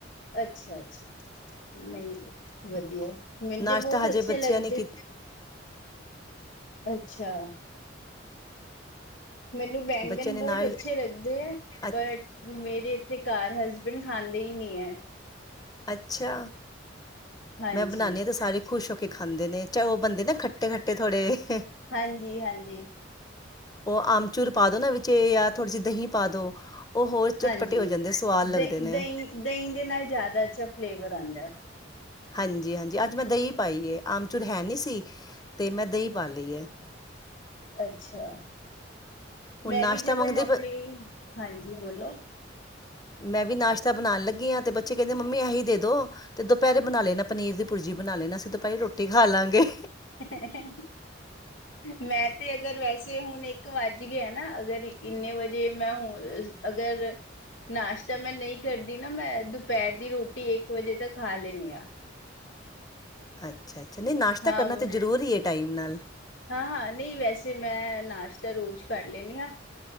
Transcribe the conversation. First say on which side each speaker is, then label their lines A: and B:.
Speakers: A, on the left; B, on the left.
A: ਅੱਛਾ ਅੱਛਾ ਨਹੀਂ ਵਧੀਆ। ਮੈਨ
B: ਨਾਸ਼ਤਾ
A: ਦੇ ਬਹੁਤ
B: ਹਜੇ
A: ਅੱਛੇ
B: ਬੱਚਿਆਂ
A: ਲੱਗਦੇ
B: ਨੇ ਕੀ
A: ਅੱਛਾ ਮੈਨੂੰ ਬੈਂਗਨ
B: ਬੱਚਿਆਂ ਨੇ
A: ਬਹੁਤ
B: ਨਾ
A: ਅੱਛੇ ਲੱਗਦੇ ਆ
B: ਅੱ
A: ਬਟ ਮੇਰੇ ਇੱਥੇ ਘਰ ਹਸਬੈਂਡ ਖਾਂਦੇ ਹੀ ਨਹੀਂ ਹੈ।
B: ਅੱਛਾ
A: ਹਾਂਜੀ
B: ਮੈਂ ਬਣਾਣੀ ਹਾਂ ਤਾਂ ਸਾਰੇ ਖੁਸ਼ ਹੋ ਕੇ ਖਾਂਦੇ ਨੇ। ਚ ਉਹ ਬੰਦੇ ਨਾ ਖੱਟੇ ਖੱਟੇ ਥੋੜ੍ਹੇ
A: ਹਾਂਜੀ ਹਾਂਜੀ।
B: ਉਹ ਆਮਚੂਰ ਪਾ ਦੋ ਨਾ ਵਿੱਚ ਜਾਂ ਥੋੜ੍ਹੀ ਜਿਹੀ ਦਹੀਂ ਪਾ ਦੋ। ਉਹ ਹੋਰ ਚਟਪਟੇ
A: ਹਾਂਜੀ
B: ਹੋ ਜਾਂਦੇ ਸਆਦ ਲੱਗਦੇ
A: ਦ
B: ਨੇ।
A: ਦਹੀਂ ਦਹੀਂ ਦੇ ਨਾਲ ਜਿਆਦਾ ਅੱਛਾ ਫਲੇਵਰ ਆਉਂਦਾ।
B: ਹਾਂਜੀ ਹਾਂਜੀ ਅੱਜ ਮੈਂ ਦਹੀਂ ਪਾਈ ਏ ਆਮਚੂਰ ਹੈ ਨਹੀਂ ਸੀ ਅਤੇ ਮੈਂ ਦਹੀਂ ਪਾ ਲਈ ਏ।
A: ਅੱਛਾ
B: ਹੁਣ
A: ਮੈਂ
B: ਨਾਸ਼ਤਾ
A: ਵੀ ਜਦੋਂ
B: ਮੰਗਦੇ
A: ਮੰਮੀ
B: ਪ
A: ਹਾਂਜੀ ਬੋਲੋ
B: ਮੈਂ ਵੀ ਨਾਸ਼ਤਾ ਬਣਾਉਣ ਲੱਗੀ ਹਾਂ ਤੇ ਬੱਚੇ ਕਹਿੰਦੇ ਮੰਮੀ ਐਸੀਂ ਦੇ ਦੋ ਤੇ ਦੁਪਹਿਰੇ ਬਣਾ ਲੈਣਾ। ਪਨੀਰ ਦੀ ਭੁਰਜੀ ਬਣਾ ਲੈਂਣਾ ਅਸੀਂ ਤਾਂ ਭਾਈ ਰੋਟੀ ਖਾ ਲਵਾਂਗੇ।
A: <inaudible> ਮੈਂ ਤੇ ਅਗਰ ਵੈਸੇ ਹੁਣ ਇੱਕ ਵੱਜ ਗਿਆ ਨਾ ਅਗਰ ਇੰਨੇ ਵਜੇ ਮੈਂ ਹ ਅਗਰ ਨਾਸ਼ਤਾ ਮੈਂ ਨਹੀਂ ਕਰਦੀ ਨਾ ਮੈਂ ਦੁਪਹਿਰ ਦੀ ਰੋਟੀ ਇੱਕ ਵਜੇ ਤਕ ਖਾ ਲੈਣੀ ਹਾਂ।
B: ਅੱਛਾ ਅੱਛਾ ਨਹੀਂ ਨਾਸ਼ਤਾ
A: ਹਾਂ
B: ਕਰਨਾ ਤਾਂ ਜ਼ਰੂਰੀ ਹੈ ਟਾਈਮ ਨਾਲ।
A: ਹਾਂ ਹਾਂ ਨਹੀਂ ਵੈਸੇ ਮੈਂ ਨਾਸ਼ਤਾ ਰੋਜ਼ ਕਰ ਲੈਣੀ ਹਾਂ।